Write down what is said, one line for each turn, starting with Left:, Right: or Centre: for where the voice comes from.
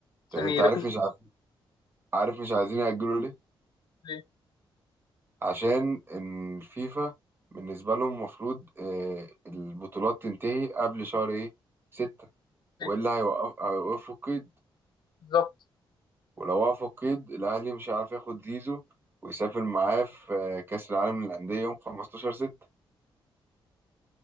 Left: عشان
Right: طب انت
Left: يركزوا
Right: عارف مش
Left: في
Right: عارف,
Left: الكورة.
Right: عارف مش عايزين يأجلوا ليه
Left: ليه؟
Right: عشان ان الفيفا بالنسبة لهم المفروض آه البطولات تنتهي قبل شهر ايه ستة والا
Left: ليه؟
Right: هيوقف هيوقفوا القيد
Left: بالظبط
Right: ولو وقفوا القيد الاهلي مش هيعرف ياخد زيزو ويسافر معاه في آه، كأس العالم للأندية يوم 15 ستة